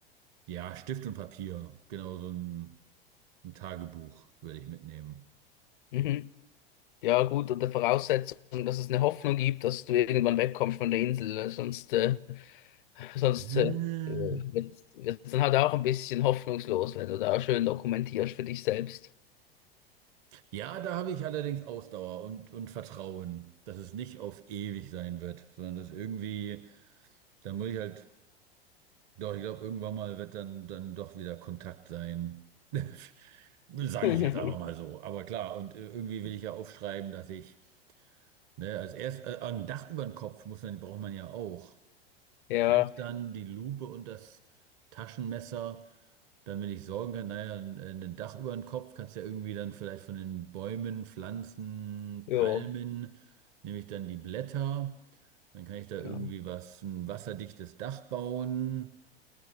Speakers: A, on the right; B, on the left.
A: ja, Stift und Papier, genau so ein, ein Tagebuch würde ich mitnehmen.
B: mhm. Ja, gut, unter Voraussetzung, dass es eine Hoffnung gibt, dass du irgendwann wegkommst von der Insel. Sonst, äh, <laughs> sonst
A: Ah.
B: äh, wird es dann halt auch ein bisschen hoffnungslos, wenn du da schön dokumentierst für dich selbst.
A: Ja, da habe ich allerdings Ausdauer und, und Vertrauen, dass es nicht auf ewig sein wird, sondern dass irgendwie, dann muss ich halt. Doch, ich glaube, irgendwann mal wird dann, dann doch wieder Kontakt sein. <laughs> Sage
B: <laughs>
A: ich jetzt einfach mal so. Aber klar, und äh, irgendwie will ich ja aufschreiben, dass ich, ne, als erst äh, ein Dach über den Kopf muss man, braucht man ja auch.
B: Ja,
A: Reicht dann die Lupe und das Taschenmesser, damit ich sorgen kann, naja, ein, ein Dach über den Kopf kannst du ja irgendwie dann vielleicht von den Bäumen, Pflanzen,
B: jo.
A: Palmen, nehme ich dann die Blätter, dann kann ich da irgendwie
B: Ja, genau.
A: was, ein wasserdichtes Dach bauen.